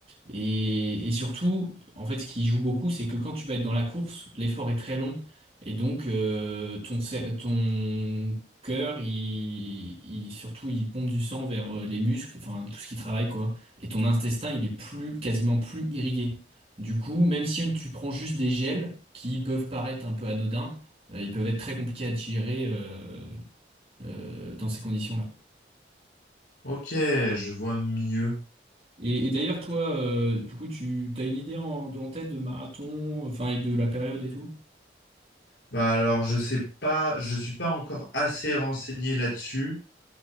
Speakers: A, on the right; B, on the left.
A: et, et surtout, en fait, ce qui joue beaucoup, c'est que quand tu vas être dans la course, l'effort est très long. Et donc, euh, ton, cer- ton cœur, il, il- surtout, il pompe du sang vers euh, les muscles, enfin, tout ce qui travaille, quoi. Et ton intestin, il est plus, quasiment plus irrigué. Du coup, même si tu prends juste des gels qui peuvent paraître un peu anodins, euh, ils peuvent être très compliqués à digérer. euh, euh, dans ces conditions-là.
B: ok, je vois mieux.
A: Et, et d'ailleurs, toi, euh, du coup, tu as une idée en, en tête de marathon, enfin, et de la période et tout?
B: Bah alors, je sais pas, je suis pas encore assez renseigné là-dessus,